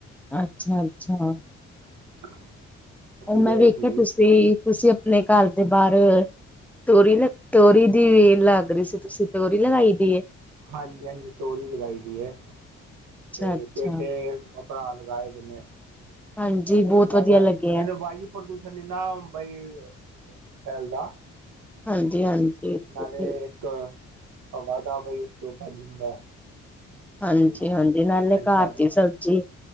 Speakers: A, in the centre; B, on the right.
A: ਅੱਛਾ -ਅੱਛਾ।
B: <inaudible>
A: ਉਹ ਮੈਂ
B: ਗਏ
A: ਵੇਖਿਆ
B: ਸੀ
A: ਤੁਸੀਂ, ਤੁਸੀਂ ਆਪਣੇ ਘਰ ਦੇ ਬਾਹਰ ਤੋਰੀ ਲ ਤੋਰੀ ਦੀ ਵੇਲ ਲੱਗ ਰਹੀ ਸੀ ਤੁਸੀਂ ਤੋਰੀ ਲਗਾਈ ਦੀ।
B: ਹਾਂਜੀ- ਹਾਂਜੀ ਤੋਰੀ ਲਗਾਈ ਦੀ ਹੈ।
A: ਅੱਛਾ
B: ਤੇ
A: ਅੱਛਾ।
B: ਪੇਡੇ ਆਪਣਾ ਲਗਾਏ ਦਿੰਨੇ।
A: ਹਾਂਜੀ ਬਹੁਤ
B: ਇਹਦੇ ਨਾਲ
A: ਵਧੀਆ ਲੱਗਿਆ
B: ਇਹਨ ਪ੍ਰਦੂਸ਼ਣ ਇਨਾ ਬਈ ਫੈਲਦਾ।
A: ਹਾਂਜੀ
B: ਤੇ
A: ਹਾਂਜੀ, ਬਿਲਕੁਲ
B: ਨਾਲੇ
A: ਠੀਕ।
B: ਇੱਕ ਵਾਧਾ ਬਈ ਇੱਕ ਬਣ ਜਾਂਦਾ।
A: ਹਾਂਜੀ-ਹਾਂਜੀ,
B: ਬਈ
A: ਨਾਲੇ
B: ਇਹਦੇ ਨਾਲ
A: ਘਰ ਦੀ ਸਬਜ਼ੀ